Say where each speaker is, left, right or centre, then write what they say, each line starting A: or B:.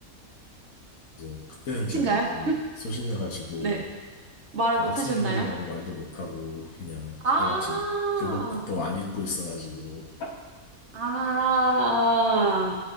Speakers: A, on the left (about 80°); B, on the right (about 55°).
A: 그래서 그때는 제가
B: 끝인가요?
A: 너무 소심해가지고,
B: 네. 말을
A: 저
B: 못
A: 학생인데요라고
B: 하셨나요?
A: 말도 못하고, 그냥 그때
B: 아,
A: 마침 교복도 안 입고 있어가지고,
B: 아,